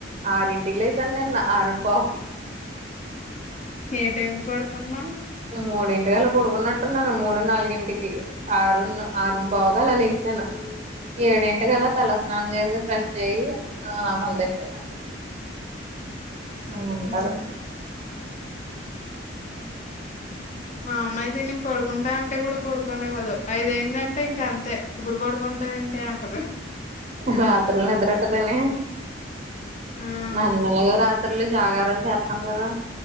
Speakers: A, on the right; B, on the left.
A: ఆరింటికి లేసాను నిన్న ఆరుమ్పావ్కి
B: ఏ టైం కి పడుకున్నావ్
A: మూడింటికి అలా పడుకున్నట్టున్నాను మూడు నాలుగింటికి ఆరును ఆరున్ పావ్ కి అలా లెగిసాను ఏడింటికలా తల స్నం చేసి
B: హ్మ్.
A: ఫ్రెష్ అయ్ ఆ మళ్ళీ తినండి అంగుటది
B: హ్మ్. మా అమ్మ ఐతే నేను పడుకుంటా అంటే గూడా పడుకోనివ్వదు ఐదు అయిందిందంటే ఇంక అంతే ఇప్పుడు పడుకుంటావ్ ఏంటె అంటది
A: రాత్రిల్ నిద్రెట్టదని
B: ఆ!
A: మనం ఎలాగో రాత్రులు జాగారం చేత్తాం కదా